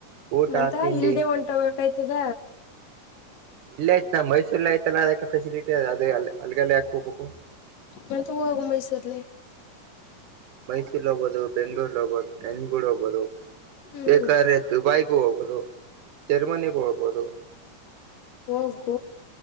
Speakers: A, on the right (about 70°); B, on the left (about 60°).
A: ಊಟ
B: ಮಂತ
A: ತಿಂಡಿ
B: ಇಲ್ದೇ ಹೊಂಟೋಗಬೇಕಾಯ್ತದ
A: ಇಲ್ಲ ಆಯ್ತ ನಾ ಮೈಸೂರ್ಲ್ಲ ಆಯ್ತಲ್ಲ ಅದಕ್ಕೆ ಫೆಸಿಲಿಟಿ ಅ ಅದೇ ಅಲ್ಲಿಗೆಲ್ಲ ಯಾಕಕ್ ಹೋಗಬೇಕು
B: ಮ ತ ಹೋಗು ಮೈಸರ್ಲ್ಲಿ
A: ಮೈಸೂರ್ ಹೋಗಬೋದು ಬೆಂಗಗಳೂರ್ ಹೋಗಬೋದು ನೆಂಜಗೂಡ್ ಹೋಗಬೋದು
B: ಹ್ಮ್
A: ಬೇಕಾದ್ರೆ ದುಬೈಗೂ ಹೋಗ್ದು ಜರ್ಮನಿಗೂ ಹೋಗಬೋದು
B: ಹೋಗು